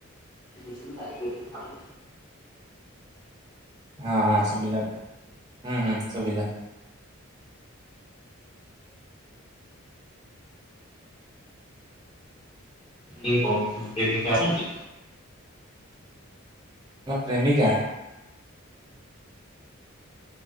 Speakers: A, on the left; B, on the right.
A: ଏବେ ସୁବିଲା ହେପସ ଭଲ।
B: ହଁ ହଁ ସୁବିଲା ହୁଁ ହୁଁ ସୁବିଲା।
A: ଏ ବନ୍ଦ୍ଦୁପ୍ରେମୀକଆ ଅଣନ୍ତୀ।
B: ପ୍ରେମିକା।